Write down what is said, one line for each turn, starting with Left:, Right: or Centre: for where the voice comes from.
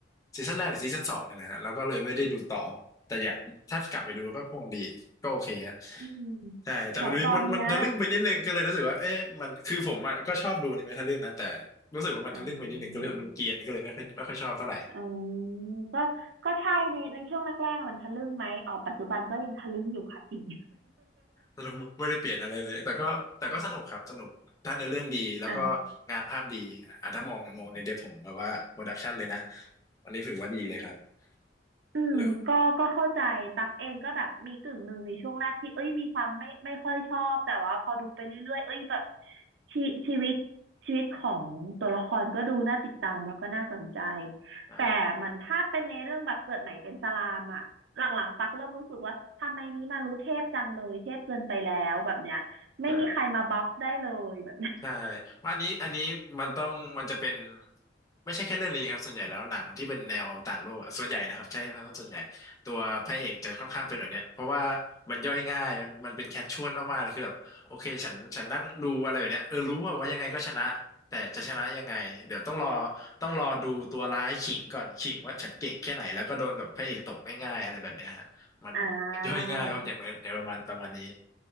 Left: ซีซั่นแรกหรือซีซั่นสองเนี่ยนะฮะแล้วก็เลยไม่ได้ดูต่อแต่อยากถ้ากลับไปดูก็คงดีก็โอเคฮะ
Right: อืม
Left: ใช่แต่มันมีมันมันทะลึ่งไปนิดนึงก็เลยรู้สึกว่าเอ๊ะมันคือผมอะก็ชอบดูอนิเมะทะลึ่งนะแต่
Right: โหตอนเนี้ย
Left: รู้สึกว่ามันทะลึ่งไปนิดนึงก็เลยมันเกรียนก็เลยไม่ค่อยไม่ค่อยชอบเท่าไหร่
Right: อ่าอืมก็ก็ใช่ในในช่วงแรกๆอะมันทะลึ่งไหมอ๋อปัจจุบันก็ยังทะลึ่งอยู่ค่ะจริง
Left: สนุกไม่ได้เปลี่ยนอะไรเลย แต่ก็แต่ก็สนุกครับสนุกถ้าเนื้อเรื่องดีแล้วก็
Right: <laughs> อ่า
Left: งานภาพดีอ่ะถ้ามองมองในเดบผมแบบว่าโปรดักชันเลยนะวันนี้ถือว่าดีเลยครับ
Right: อืมก็ก็เข้าใจตักเองก็แบบมีกึ่งหนึ่งในช่วงแรกที่เอ้ยมีความไม่ไม่ค่อยชอบแต่ว่าพอดูไปเรื่อยๆเอ้ยแบบ
Left: เหลือ
Right: ชีชีวิตชีวิตของตัวละครก็ดูน่าติดตามแล้วก็น่าสนใจ
Left: ใช่
Right: แต่มันถ้าเป็นในเรื่องแบบเกิดใหม่เป็นสลามอะหลังๆตักเริ่มรู้สึกว่าทำไมนี้มารู้เทพจังเลยเทพเกินไปแล้วแบบเนี้ยไม่มีใครมาบัฟได้เลยแบบเนี้ย
Left: ใช่ ใช่ว่าอันนี้อันนี้มันต้องมันจะเป็นไม่ใช่แค่เรื่องนี้ครับส่วนใหญ่แล้วหนังที่เป็นแนวต่างโลกอะส่วนใหญ่นะครับใช่ครับส่วนใหญ่ตัวพระเอกจะค่อนข้างเป็นแบบเนี้ยเพราะว่ามันย่อยง่ายมันมันเป็นแคชชวลมากๆเลยคือแบบโอเคฉันฉันนั่งดูอะไรแบบเนี้ยเออรู้ว่าว่ายังไงก็ชนะแต่จะชนะยังไงเดี๋ยวต้องรอต้องรอดูตัวร้ายขิงก่อนขิงว่าฉันเก่งแค่ไหนแล้วก็โดนแบบพระเอกตกง่ายๆอะไรแบบเนี้ยฮะมัน
Right: อ่า
Left: ย่อยง่ายเพราะอย่างไรอย่างประมาณประมาณนี้